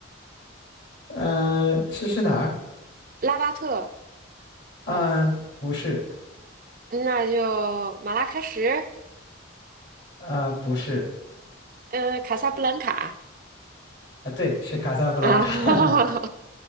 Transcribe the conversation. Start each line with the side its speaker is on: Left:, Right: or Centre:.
Left: 嗯、是是哪儿？
Right: 拉巴特，
Left: 啊、不是，
Right: 那就马拉喀什，
Left: 啊、不是，
Right: 嗯、卡萨布兰卡
Left: 啊、对，是卡萨布兰卡。
Right: 啊，<laughs>
Left: <laughs>